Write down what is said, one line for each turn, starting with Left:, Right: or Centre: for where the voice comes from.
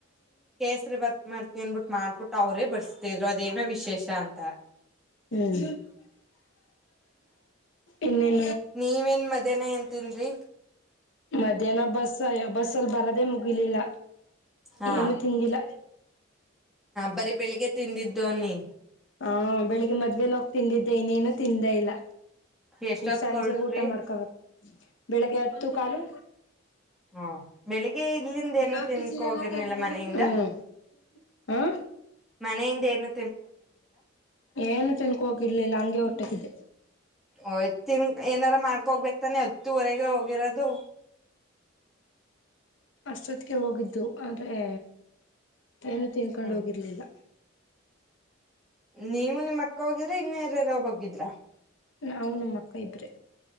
Centre: ಕೇಸರಿಬಾತ್ ಮಾಡ್ತಿನಿ ಅನ್ಬಿಟ್ಟು ಮಾಡ್ಬಿಟ್ಟು ಅವ್ರೇ ಬಡ್ಸ್ತಿದ್ರು ಅದೇನೋ ವಿಶೇಷ ಅಂತ. <inaudible>
Left: ಹ್ಮ್ ಇನ್ನೇನ್
Centre: ನೀವೇನ್ ಮಧ್ಯಾಹ್ನ ಏನ್ ತಿಂದ್ರಿ.
Left: ಮಧ್ಯಾಹ್ನ ಬಸ್ ಬಸ್ಸಲ್ಲ್ ಬರದೇ ಮುಗಿಲಿಲ್ಲ
Centre: ಹಾ
Left: ಏನು ತಿಂದಿಲ್ಲ.
Centre: ಬರೀ ಬೆಳಿಗ್ಗೆ ತಿಂದಿದ್ದು ಅನ್ನಿ.
Left: ಹಾ ಬೆಳಿಗ್ಗೆ ಮದ್ವೇಲ್ ಹೋಗಿ ತಿಂದಿದ್ದೆ ಇನ್ನೇನು ತಿಂದೇ ಇಲ್ಲ.
Centre: ಎಷ್ಟೊತ್
Left: ಈಗ ಸಂಜೆಗ್
Centre: ಕೊಟ್ರಿ
Left: ಊಟ ಮಾಡ್ಕೋಬೇಕು ಬೆಳಿಗ್ಗೆ ಹತ್ತು ಕಾಲು.
Centre: ಹಾ ಬೆಳಿಗ್ಗೆ ಇಲ್ಲಿಂದನೂ
Left: ಹ್ಮ್
Centre: ತಿನ್ಕೊ ಹೋಗಿರ್ನಿಲ್ಲ ಮನೆಯಿಂದ.
Left: ಹ
Centre: ಮನೆಯಿಂದೇನು
Left: ಏನು ತಿನ್ಕೊ ಹೋಗಿರ್ಲಿಲ್ಲ ಹಂಗೆ ಹೊಟ್ಟೋಗಿದ್ದೆ.
Centre: ಓಯ್ ತಿನ್ ಏನಾರ ಮಾಡ್ಕೊ ಹೋಗ್ಬೇಕ್ ತಾನೆ ಹತ್ತುವರೆಗೆ ಹೋಗಿರೋದು.
Left: ಅಷ್ಟೊತ್ತಿಗೆ ಹೋಗಿದ್ದು ಆದ್ರೆ ಏನು ತಿನ್ಕೊಂಡ್
Centre: ಹ್ಮ್
Left: ಹೋಗಿರ್ಲಿಲ್ಲ.
Centre: ನೀವು ನಿಮ್ಮಕ್ಕ ಹೋಗಿದ್ರಾ ಇನ್ನರಾರ ಹೋಗಿದ್ರಾ.
Left: ನಾವು ನಮ್ಮಕ್ಕ ಇಬ್ರೆ.